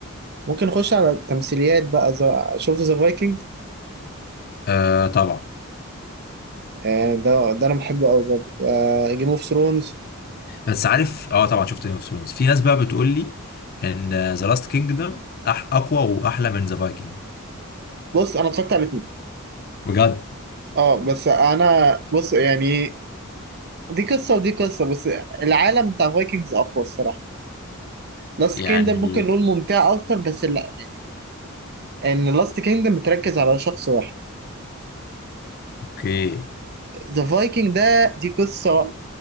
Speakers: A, on the right; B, on the left.
A: ممكن نخش على التمثيليات بقى ذا- شفت ذا فايكنج
B: آه طبعا
A: آه ده ده انا بحبه قوي برضه آه جيم اوف ثرونز
B: بس عارف اه طبعا شفت جيم اوف ثرونز في ناس بقى بتقول لي ان ذا لاست كينجدم أح اقوى واحلى من ذا فايكنج
A: بص انا اتفرجت على الاثنين
B: بجد
A: اه بس انا بص يعني دي قصه ودي قصه بس العالم بتاع فايكنجز اقوى الصراحه لاست
B: يعني
A: كيندم ممكن نقول ممتع اكتر بس لا يعني ان لاست كيندم بتركز على شخص واحد
B: اوكي
A: ذا فايكنج ده دي قصه